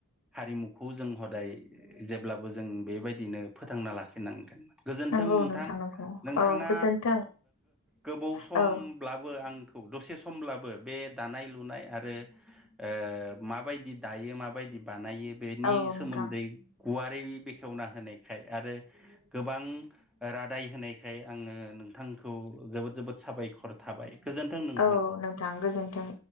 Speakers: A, in the centre; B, on the left.
A: हारिमुखौ जों हदाय जेब्लाबो जों बेबायदिनो फोथांना लाखिनांगोन। गोजोन्थों
B: नंगौ
A: नोंथां,
B: नंगौ
A: नोंथाङा
B: औ गोजोन्थों
A: गोबाव समब्लाबो
B: औ
A: आं खौ दसे समब्लाबो बे दानाय लुनाय आरो ओ माबायदि दायो माबायदि बानायो बेनि
B: औ
A: सोमोन्दै
B: नोंथां
A: गुवारै बेखेवना होनायखाय आरो गोबां रादाय होनायखाय आङो नों थांखौ जोबोद जोबोद साबायखर थाबाय। गोजोन्थों नोंथां।
B: औ नोंथां। गोजोन्थों।